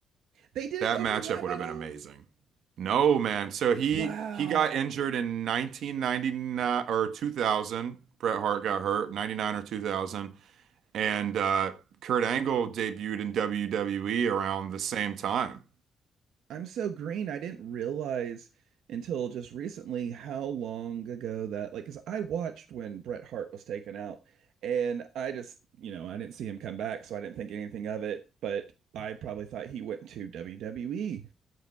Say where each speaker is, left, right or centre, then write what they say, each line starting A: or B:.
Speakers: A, on the right; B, on the right.
A: They didn't
B: That
A: overlap
B: matchup would
A: at
B: have been
A: all?
B: amazing. No, man. So he
A: Wow.
B: he got injured in 1999 or 2000. Bret Hart got hurt, 99 or 2000, and uh, Kurt Angle debuted in WWE around the same time.
A: I'm so green. I didn't realize until just recently how long ago that, like, because I watched when Bret Hart was taken out, and I just, you know, I didn't see him come back, so I didn't think anything of it. But I probably thought he went to WWE.